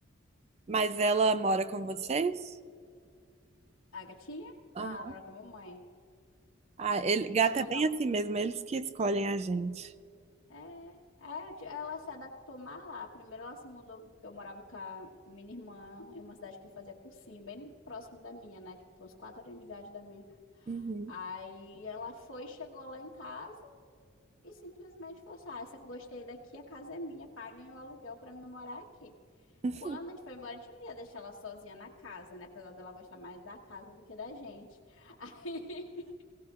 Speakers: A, on the right; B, on the left.
A: Mas ela mora com vocês?
B: A gatinha?
A: Aham.
B: Ah, mora com a mamãe.
A: Ah, ele, gato
B: Eu não,
A: é
B: não.
A: bem assim mesmo, eles que escolhem a gente.
B: É, é, ti- ela se adaptou mais lá. Primeiro ela se mudou, porque eu morava com a minha irmã em uma cidade que eu fazia cursinho, bem próximo da minha, né? Tipo, uns quatro horas de viagem da minha.
A: Uhum.
B: Aí ela foi, chegou lá em casa e simplesmente falou assim: Ah, essa, gostei daqui, a casa é minha, paguem o aluguel pra me morar aqui.
A: <laughs>
B: Quando a gente foi embora, a gente não ia deixar ela sozinha na casa, né? Apesar dela gostar mais da casa do que da gente. <laughs>